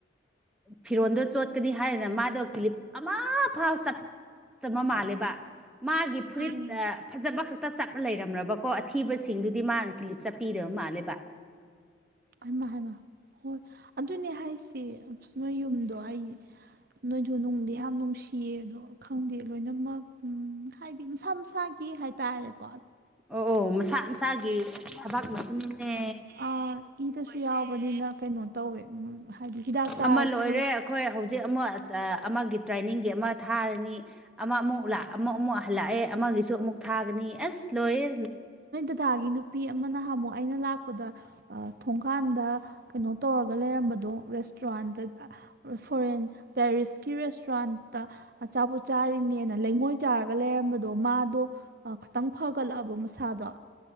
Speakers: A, in the centre; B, on the right.
A: ꯐꯤꯔꯣꯟꯜꯗꯣ ꯆꯣꯠꯀꯅꯤ ꯍꯥꯏꯔꯥ ꯃꯥꯗꯣ ꯀ꯭ꯂꯤꯞ ꯑꯃꯐꯥꯎ ꯆꯥꯞꯇꯕ ꯃꯥꯜꯂꯦꯕ ꯃꯥꯒꯤ ꯐꯨꯔꯤꯠ
B: ꯑꯥ ꯑꯣ
A: ꯐꯖꯕ ꯈꯛꯇ ꯆꯞꯔꯒꯥ ꯂꯩꯔꯝꯔꯥꯕ ꯑꯊꯤꯕꯁꯤꯡꯗꯨꯗꯤ ꯃꯥꯅ ꯀ꯭ꯂꯤꯞ ꯆꯞꯄꯤꯗꯕ ꯃꯥꯜꯂꯦꯕꯥ
B: ꯍꯩꯃꯥ ꯍꯩꯃꯥ ꯍꯣꯏ ꯑꯗꯨꯅꯦ ꯍꯥꯏꯁꯦ ꯅꯣꯏ ꯌꯨꯝꯗꯣ ꯑꯩ
A: <inaudible>
B: ꯅꯣꯏꯗꯣ ꯅꯨꯡꯗꯤ ꯌꯥꯝ ꯅꯨꯡꯁꯤꯌꯦ ꯑꯗꯣ ꯈꯪꯗꯦ ꯂꯣꯏꯅꯃꯛ ꯎꯝ ꯍꯥꯏꯗꯤ ꯃꯁꯥ ꯃꯁꯥꯒꯤ ꯍꯥꯏꯇꯥꯔꯦꯕꯥ
A: ꯑꯣ ꯑꯣ ꯃꯁꯥ ꯃꯁꯥꯒꯤ ꯊꯕꯥꯛ ꯃꯇꯨꯡꯅꯦ
B: ꯑ ꯏꯗꯁꯨ ꯌꯥꯎꯕꯅꯤꯅ ꯀꯩꯅꯣ ꯇꯣꯏ ꯎ ꯍꯥꯏꯗꯤ ꯍꯤꯗꯥꯛ ꯆꯥꯔꯁꯨ
A: ꯑꯃ ꯂꯣꯏꯔꯦ ꯑꯩꯈꯣꯏ ꯍꯧꯖꯤꯛ ꯑꯃ ꯑꯃꯒꯤ ꯇ꯭ꯔꯦꯅꯤꯡꯒꯤ ꯑꯃ ꯊꯥꯔꯥꯅꯤ ꯑꯃ ꯑꯃꯨꯛ ꯑꯃꯨꯛ ꯑꯃꯨꯛ ꯍꯜꯂꯛꯑꯦ ꯑꯃꯒꯤ ꯁꯨ ꯑꯃꯨꯛ ꯊꯥꯒꯅꯤ ꯑꯁ ꯂꯣꯏꯌꯦ
B: ꯗꯥꯒꯤ ꯅꯨꯄꯤ ꯑꯃ ꯅꯍꯥꯟꯃꯨꯛ ꯑꯩꯅ ꯂꯥꯛꯄꯗ ꯊꯣꯡꯀꯥꯟꯗ ꯀꯩꯅꯣ ꯇꯧꯔꯒ ꯂꯩꯔꯝꯕꯗꯣ ꯔꯦꯁꯇꯨꯔꯥꯟꯗ ꯐꯣꯔꯦꯟ ꯄꯦꯔꯤꯁꯀꯤ ꯔꯦꯁꯇ꯭ꯔꯥꯟꯇ ꯑꯆꯥꯄꯣꯠ ꯆꯥꯔꯤꯅꯦꯅ ꯂꯩꯉꯣꯏ ꯆꯥꯔꯒ ꯂꯩꯔꯝꯕꯗꯣ ꯃꯥ ꯑꯗꯣ ꯈꯤꯇꯡ ꯐꯒꯠꯂꯛꯑꯕ ꯃꯁꯥꯗꯣ